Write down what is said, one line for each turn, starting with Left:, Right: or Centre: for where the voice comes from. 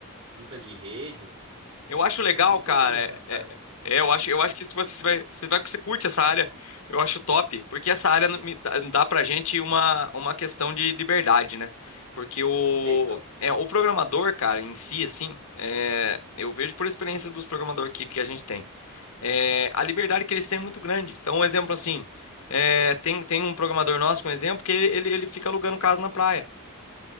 Right: infra de rede.
Left: Eu acho legal,
Right: Tem, tem
Left: cara.
Right: todas essas cargas.
Left: É, é- é, eu acho, eu acho que se você, você vai, você vai, você curte essa área, eu acho top, porque essa área não me dá, dá pra gente uma, uma questão de liberdade, né? Porque o,
Right: É, então.
Left: é, o programador, cara, em si, assim, é, eu vejo por experiência dos programadores que, que a gente tem, é, a liberdade que eles têm é muito grande. Então, um exemplo assim, é, tem, tem um programador nosso, um exemplo, que ele, ele fica alugando casa na praia.